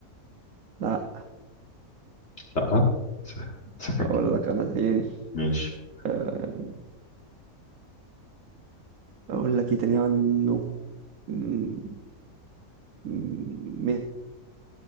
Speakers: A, on the right; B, on the left.
A: لا
B: لا س- سكاكين
A: اقول لك انا تاني
B: ماشي
A: آه، اقول لك ايه تاني عنه م- م-